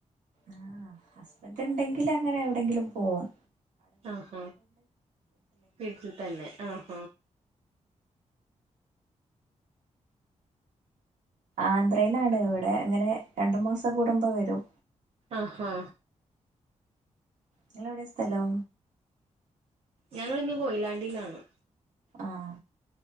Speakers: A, on the right (about 85°); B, on the right (about 55°).
A: ആഹ് ഹസ്ബൻഡ് ഇണ്ടെങ്കിൽ അങ്ങനെ എവിടെങ്കിലും പോകും
B: ആഹ വീട്ടിൽ തന്നെ ആഹ
A: ആന്ധ്രയിലാണ് ഇവിടെ ഇങ്ങനെ രണ്ടു മാസം കൂടുമ്പോ വരും
B: ആഹാ
A: നിങ്ങളെവിടെ സ്ഥലോ?
B: ഞങ്ങിങ്ങ് കൊയിലാണ്ടിയിലാണ്
A: ആഹ